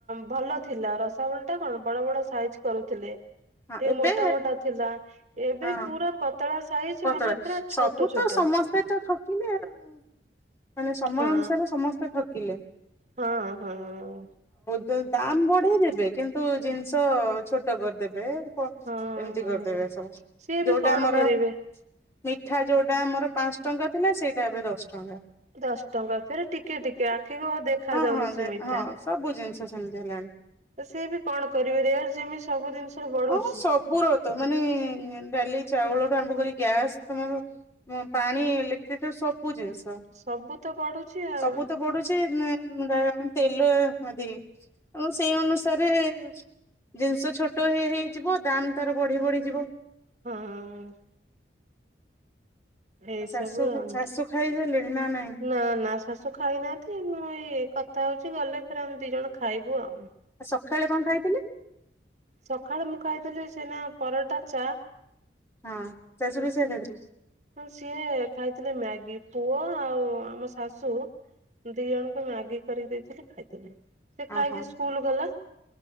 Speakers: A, on the right (about 40°); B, on the left (about 15°).
A: ଭଲ ଥିଲା ରସାବଳି ଟା କଣ ବଡ ବଡ ସାଇଜ କରୁଥିଲେ। ଟିକେ
B: ହଁ ଏବେ
A: ମୋଟା ମୋଟା ଥିଲା ଏବେ
B: ହଁ
A: ପୁରା ପତଳା ସାଇଜ
B: ପତଳା
A: ମାନେ ପୁରା ଛୋଟ
B: ସବୁ
A: ଛୋଟ।
B: ତ ସମସ୍ତେ ତ ଠକିଲେ ଆଉ ମାନେ ସମୟ
A: ହଁ
B: ଅନୁସାରେ ସମସ୍ତେ ଠକିଲେ।
A: ହଁ ହଁ।
B: ଦ ଦାମ ବଢେଇ ଦେବେ କିନ୍ତୁ ଜିନିଷ ଛୋଟ କରିଦେବେ। ଓ
A: ହଁ
B: ଏମତି
A: ହଁ।
B: କରଦେବେ ସବୁ
A: ସିଏ ବି
B: ଯୋଉଟା
A: କଣ
B: ଆମର
A: କରିବେ?
B: ମିଠା ଯୋଉଟା ଆମର ପାଞ୍ଚଟଙ୍କା ଥିଲା ସେଇଟା ଏବେ ଦଶଟଙ୍କା।
A: ଦଶ ଟଙ୍କା ଫେରେ ଟିକେ ଟିକେ ଆଖିକୁ ଆଉ ଦେଖାଯାଉନି
B: ହଁ ହଁ
A: ସେ ମିଠା।
B: ହଁ ସବୁ ଜିନଷ ସେମତି ହେଲାଣି।
A: ତ ସିଏ ବି କଣ କରିପାରିବେ ଇଆଡେ ଯେମିତି ସବୁ ଜିନିଷ ବଢୁଛି।
B: ଆମୁ ସବୁରତ ମାନେ ଡାଲି ଚାଉଳଠୁ ଆରମ୍ଭ କରି ଗ୍ୟାସ୍ ତମର ମୁଁ ପାଣି ଇଲେକଟ୍ରିଠୁ ସବୁ ଜିନିଷ
A: ସବୁ ତ ବଢୁଛି ଆଉ
B: ସବୁ ତ ବଢୁଛି ନେ ଉଁ ଗାଇ ଆମର ତେଲ ଆଦିକି ଆମ ସେଇ ଅନୁସାରେ ଜିନିଷ ଛୋ ଛୋଟ ହେଇ ହେଇ ଯିବ ଦାମ୍ ତାର ବଢି ବଢିଯିବ।
A: ହଁ ହଁ। ଏଇସବୁ
B: ଶାଶୁ
A: ଆଉ ନା
B: ଶାଶୁ ଖାଇସାରିଲେଣି ନାଇଁ
A: ନା ସା ସବୁ ଖାଇନାହାନ୍ତି ମୁଁ ଏଇ କଥା ହୋଉଚି ଗଲେ ଫେରେ ଆମେ ଦିଜଣ ଖାଇବୁ ଆଉ।
B: ଆଉ ସଖାଳେ କଣ ଖାଇଥିଲେ?
A: ସଖାଳେ ମୁଁ ଖାଇଥିଲି ସେଇନା ପରଟା ଚା।
B: ହଁ ଶାଶୁ ବି ସେୟା ଖାଇବେ।
A: ହଁ ସିଏ ଖାଇଥିଲେ ମ୍ୟାଗି ପୁଅ ଆଉ ଆମ ଶାଶୁ ଦି ଜଣଙ୍କୁ ମ୍ୟାଗି କରିକି ଦେଇଥିଲି ଖାଇଥିଲେ। ସେ ଖାଇକି
B: ହଁ ହଁ
A: ସ୍କୁଲ ଗଲା